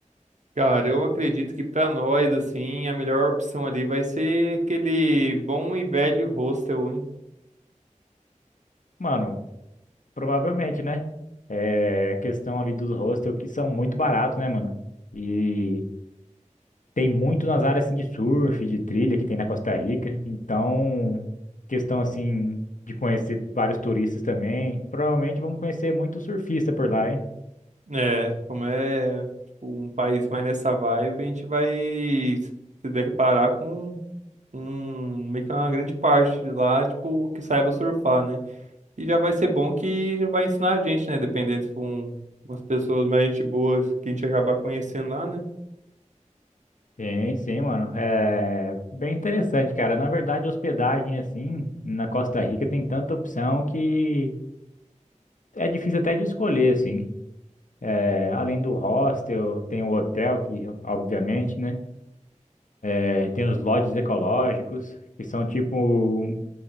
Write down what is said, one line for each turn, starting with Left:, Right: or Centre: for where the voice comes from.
Right: Cara, eu acredito que pra nós, assim, a melhor opção ali vai ser aquele bom e velho hostel, hein?
Left: Mano, Provavelmente, né? É a questão ali dos hostels que são muito baratos, né, mano? E tem muito nas áreas assim de surf, de trilha que tem na Costa Rica. Então, questão assim de conhecer vários turistas também. Provavelmente vamos conhecer muito surfista por lá, hein?
Right: É, como é, tipo, um país mais nessa vibe, a gente vai se deparar com um, meio que uma grande parte lá, tipo, que saiba surfar, né? E já vai ser bom que já vai ensinar a gente, né? Dependendo se for um- umas pessoas mais gente boas que a gente acabar conhecendo lá, né?
Left: Sim, sim, mano. É bem interessante, cara. Na verdade, hospedagem assim na Costa Rica tem tanta opção que é difícil até de escolher, assim. É, além do hostel, tem o hotel que, obviamente, né? É, tem os lodges ecológicos, que são tipo um,